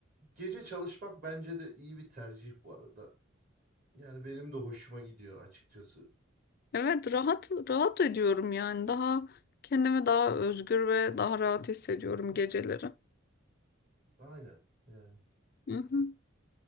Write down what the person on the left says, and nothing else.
Evet rahat rahat ediyorum yani daha kendimi daha özgür ve daha rahat hissediyorum geceleri.
Hı hı.